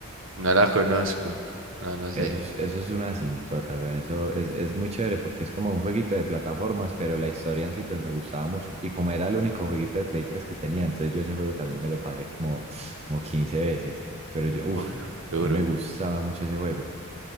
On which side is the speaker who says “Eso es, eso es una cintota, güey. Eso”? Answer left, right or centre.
Right